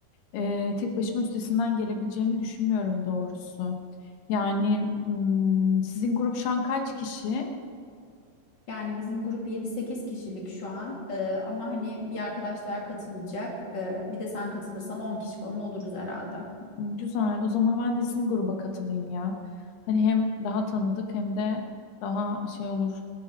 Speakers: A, on the left; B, on the left.
A: E, tek başıma üstesinden gelebileceğimi düşünmüyorum doğrusu. Yani
B: Evet.
A: mm, sizin grup şu an kaç kişi?
B: Yani bizim grup yedi sekiz kişilik şu an Ee, ama hani bir arkadaş daha katılacak. Ee, bir de sen katılırsan 10 kişi falan oluruz herhalde.
A: Güzel. O zaman ben de sizin gruba katılayım ya. Hani hem daha tanıdık hem de daha şey olur.